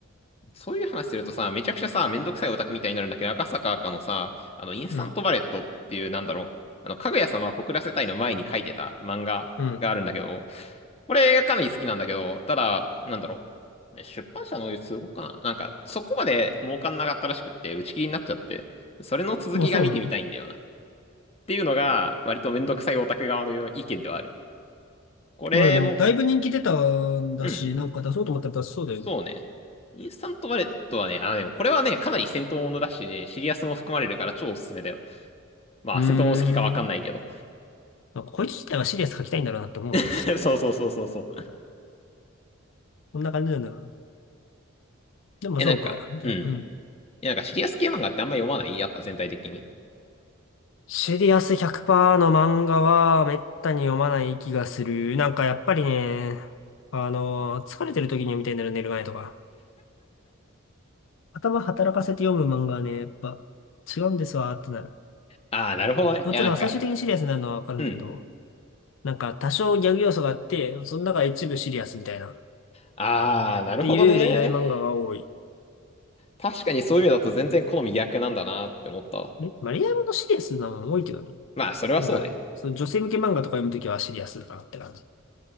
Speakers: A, on the left; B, on the left.
A: そういう話するとさ、めちゃくちゃさ、めんどくさいオタクみたいになるんだけど、赤坂赤のさ、あの、インスタントバレットっていう、
B: うん。
A: なんだろう。あの、かぐや様は告らせたいの前に書いてた漫画があるんだけど、
B: うん。
A: これがかなり好きなんだけど、ただ、なんだろう。出版社の都合かななんか、そこまで儲かんなかったらしくって、打ち切りになっちゃって、それの続きが見てみたいんだよな。
B: まあそうなの。
A: っていうのが、割とめんどくさいオタク側の意見ではある。これも、
B: まあでも、だいぶ人気出たんだし、
A: うん。
B: なんか出そうと思ったら出しそうだよね。
A: そうね。インスタントバレットはね、あのね、これはね、かなり戦闘ものだしね、シリアスも含まれるから超おすすめだよ。まあ、
B: うー
A: 戦闘もの好きかわかんないけど。
B: ん。まあ、こいつ自体はシリアス描きたいんだろうなって思う
A: <laughs> そうそうそうそうそう。
B: こんな感じなんだろうな。でもそうか。
A: え、なんか、
B: じゃあ、
A: うん。い
B: うん。
A: や、なんかシリアス系漫画ってあんま読まないやっぱ全体的に。
B: シリアス100%の漫画はめったに読まない気がする。なんかやっぱりね、あの、疲れてる時に読みたいんだよね、寝る前とか。頭働かせて読む漫画はね、やっぱ違うんですわーってなる。
A: ああ、なるほどね。
B: もちろん最終的にシリアスになるのはわかるんだけど、
A: いや、なんか、うん。
B: なんか多少ギャグ要素があって、その中で一部シリアスみたいな、っ
A: ああ、なるほどね。
B: ていう恋愛漫画が多い。
A: 確かにそういうのだと全然好み逆なんだなって思ったわ。
B: え、まあ、恋愛ものシリアスなの多いけどね。
A: まあ、それはそうね。
B: なんか、その女性向け漫画とか読むときはシリアスだなって感じ。